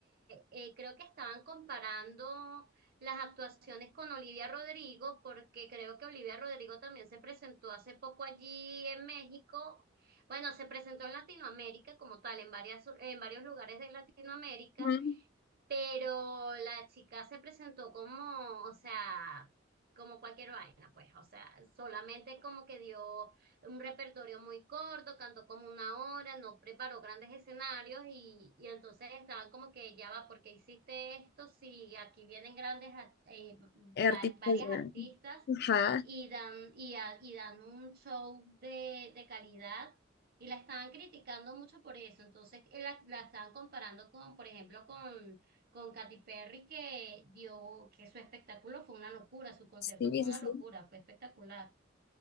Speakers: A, on the right (about 50°); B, on the left (about 55°).
A: eh, creo que estaban comparando las actuaciones con Olivia Rodrigo, porque creo que Olivia Rodrigo también se presentó hace poco allí en México. Bueno, se presentó en Latinoamérica como tal, en varias, en varios lugares de Latinoamérica
B: ujú.
A: pero la chica se presentó como, o sea, como cualquier vaina, pues, o sea, solamente como que dio un repertorio muy corto, cantó como una hora, no preparó grandes escenarios y, y entonces estaban como que ya va, ¿por qué hiciste esto? Si aquí vienen grandes, ar- eh,
B: Artistas.
A: var- varias
B: eh,
A: artistas
B: Ajá.
A: y dan, y, a- y dan un show de, de calidad. Y la estaban criticando mucho por eso. Entonces, eh, la, la estaban comparando con, por ejemplo, con con Katy Perry que dio, que su espectáculo fue una locura, su concierto
B: Sí,
A: fue
B: sí,
A: una
B: sí.
A: locura, fue espectacular.